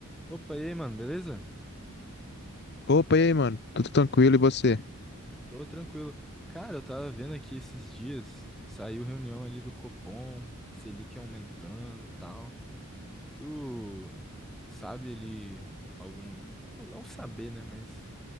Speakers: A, in the centre; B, on the left.
A: Opa, e aí, mano, beleza?
B: Opa, e aí, mano? Tudo tranquilo e você?
A: Tô tranquilo. Cara, eu tava vendo aqui esses dias, saiu reunião ali do Copom, Selic aumentando e tal. Tu sabe ali algum. Não não saber, né? Mas